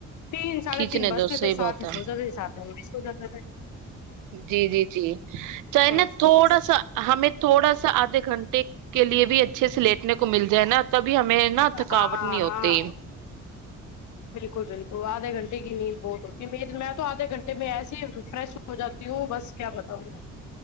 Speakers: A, on the left; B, on the right.
A: تین ساڑھے
B: کھینچنے
A: تین بستے
B: دو
A: تھ
B: صحیح
A: سات
B: بات
A: ہی
B: ہے
A: سوچا رہ سات جا تھا
B: جی جی جی چاہ نا
A: اس کو
B: تھوڑا سا ہمیں تھوڑا سا آدھے گھنٹے کے لیے بھی اچا اچھے سے لیٹنے کو مل جائے نا اب بھی ہمیں نہ تھکاوٹ
A: ہاں
B: نہیں ہوتی
A: ہاں بالکل بالکل آدھے گھٹے کی نیند بہت ہوتی میری میں تودھے گھنٹے میں ای فریش ہو جاتی ہوں بس کیا بتاؤں گا